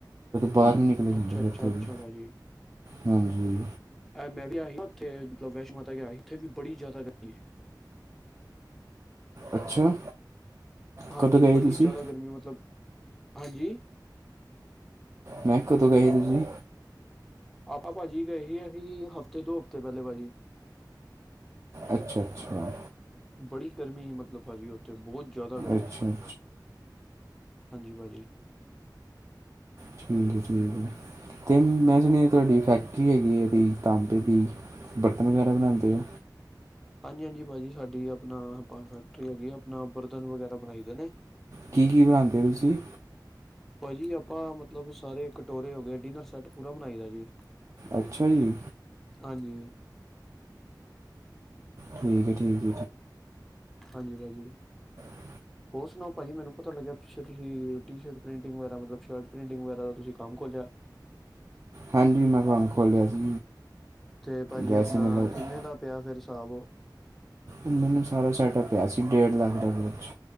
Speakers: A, on the right; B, in the centre.
A: ਬਾਹਰ ਨਹੀਂ ਨਿਕਲਿਆ ਜਾਂਦਾ
B: ਅੱਛਾ
A: ਸੀ
B: -ਅੱਛਾ
A: ਉੱਥੇ
B: -ਅੱਛਾ
A: ਵੀ
B: ਭਾਜੀ।
A: ਹਾਂਜੀ।
B: ਮੈਂ ਵੀ ਆਈ ਉਥੇ ਮਬ ਵੈਸ਼ਨੋ ਮਾਤਾ ਆਈ। ਉੱਥੇ ਵੀ ਬੜੀ ਜ਼ਿਆਦਾ ਗਰਮੀ ਆਂ।
A: ਅੱਛਾ।
B: ਹਾਂਜੀ।
A: ਕਦੋਂ ਗਏ
B: ਬੜੀ
A: ਤੁਸੀਂ
B: ਜ਼ਿਆਦਾ ਗਰਮੀ ਮਤਲਬ ਹਾਂਜੀ।
A: ਮੈਂ ਕਦੋਂ ਗਈ ਸੀ। ਤੁਸੀਂ
B: ਆਪਾਂ ਭਾਜੀ ਗਏ ਸੀ। ਅਸੀ ਹਫ਼ਤੇ ਦੋ ਹਫ਼ਤੇ ਪਹਿਲੇ ਭਾਜੀ।
A: ਅੱਛਾ -ਅੱਛਾ।
B: ਬੜੀ ਗਰਮੀ ਮਤਲਬ ਭਾਜੀ। ਉੱਥੇ ਬਹੁਤ ਜ਼ਿਆਦਾ ਗਰਮੀ।
A: ਅੱਛਾ ਅੱਛਾ
B: ਹਾਂਜੀ ਭਾਜੀ।
A: ਠੀਕ ਹੈ, ਠੀਕ ਆ। ਤੇ ਮੈਂ ਸੁਣਿਆ ਤੁਹਾਡੀ ਫੈਕਟਰੀ ਹੈਗੀ ਆ ਇਹਦੀ ਤਾਂਬੇ ਦੀ ਬਰਤਨ ਵਗੈਰਾ ਬਣਾਉਂਦੇ ਆ।
B: ਹਾਂਜੀ- ਹਾਂਜੀ ਭਾਜੀ। ਸਾਡੀ ਆਪਣਾ ਫੈਕਟਰੀ ਹੈਗੀ। ਆਪਣਾ ਬਰਤਨ ਵਗੈਰਾ ਬਣਾਈ ਦੇ ਨੇ
A: ਕੀ- ਕੀ ਬਣਾਉਂਦੇ ਹੋ ਤੁਸੀਂ।
B: ਭਾਜੀ ਆਪਾਂ ਮਤਲਬ ਸਾਰੇ ਕਟੋਰੇ ਹੋ ਗਏ ਡਿਨਰ ਸੈੱਟ ਪੂਰਾ ਬਣਾਈ ਦਾ ਜੀ।
A: ਅੱਛਾ ਜੀ?
B: ਹਾਂਜੀ?
A: ਠੀਕ ਆ ਠੀਕ?
B: ਹਾਂਜੀ ਭਾਜੀ?
A: ਹ
B: ਉਸ ਨੋ ਭਾਜੀ ਮੈਨੂੰ ਪਤਾ ਲੱਗਿਆ ਪਿਛੇ ਤੁਸੀਂ ਟੀਸ਼ਰਟ ਪ੍ਰਿੰਟਿੰਗ ਵਗੈਰਾ ਮਤਲਬ ਸ਼ਰਟ ਪ੍ਰਿੰਟਿੰਗ ਵਗੈਰਾ ਦਾ ਤੁਸੀਂ ਕੰਮ ਖੋਲਿਆ
A: ਹਾਂਜੀ, ਮੈਂ ਹੁਣ ਖੋਲਿਆ ਸੀ
B: ਤੇ ਭਾਜੀ
A: ਵੈਸੇ
B: ਅਪਣਾ
A: ਮਤਲਬ
B: ਕਿੰਨੇ ਦਾ ਪਿਆ ਫਿਰ ਹਿਸਾਬ
A: ਮੈਨੂੰ ਸਾਰਾ ਸੈਟ ਪਿਆ ਸੀ ਡੇਢ ਲੱਖ ਦੇ ਵਿੱਚ